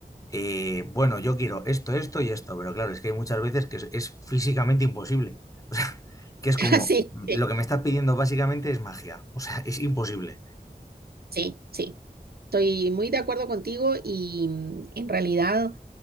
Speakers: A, on the left (about 20°); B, on the right (about 75°).
A: eh, bueno, yo quiero esto, esto y esto, pero claro, es que hay muchas veces que es, es físicamente imposible. <laughs> O sea, que es como,
B: <laughs> Sí,
A: mm,
B: sí,
A: lo que me estás pidiendo básicamente es magia, o sea, es imposible.
B: sí, sí. Estoy muy de acuerdo contigo y mm, en realidad